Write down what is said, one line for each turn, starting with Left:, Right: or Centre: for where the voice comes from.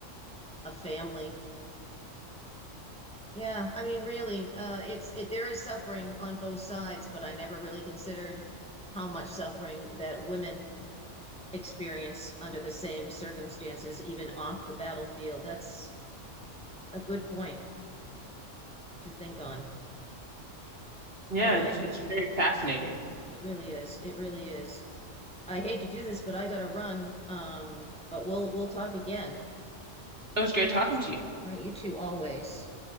Centre: a family? Yeah, I mean, really, uh, it's it. There is suffering on both sides, but I never really considered how much suffering that women experience under the same circumstances, even off the battlefield. That's a good point to think on.
Right: Yeah,
Centre: All right,
Right: it's it's very fascinating.
Centre: it really is. It really is. I hate to do this, but I gotta run. Um, but we'll we'll talk again.
Right: It was great talking to you.
Centre: All right, you two always.